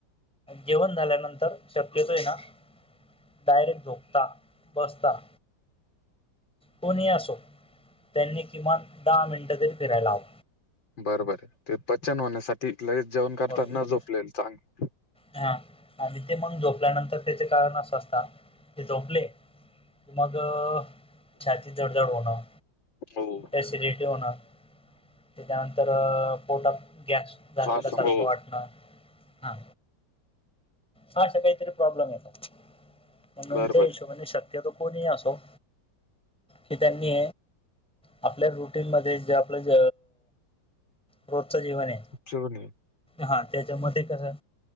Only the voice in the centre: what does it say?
जेवण झाल्यानंतर शक्यतो आहे ना डायरेक्ट झोकता बसता कोणी असो त्यांनी किमान दहा मिनिटं तरी फिरायला हवं
बरोबर
हा आणि ते मग झोपल्यानंतर त्याचे कारण असं असत ते झोपले मग छातीत जडझड होणं
एसिडिटी होणार त्याच्यानंतर पोटात गॅस झालेला
सारखं
वाटणं हा हाा काहीतरी प्रॉब्लेम येत म्हणून
त्या हिशोबाने शक्यतो कोणी असो की त्यांनी आपल्या रुटीनमध्ये जे आपलं ज रोजचं जीवन हे
हा त्याच्यामध्ये कसं